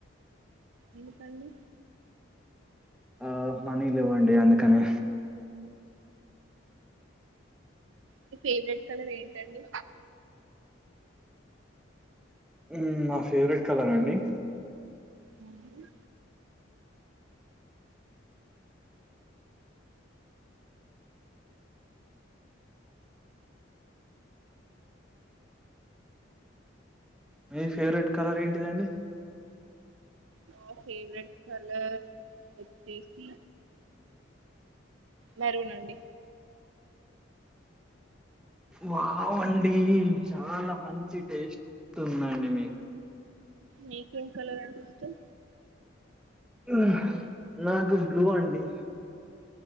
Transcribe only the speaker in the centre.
ఆ మనీ లేవ్వండి అందుకని
మ్ నా ఫేవరెట్ కలర్ ఆ అండి?
మీ ఫేవరెట్ కలర్ ఏంటిదండి?
వావ్ అండి చాలా మంచి టేస్ట్ ఉందండి మీకు
ఆ నాకు బ్లూ అండి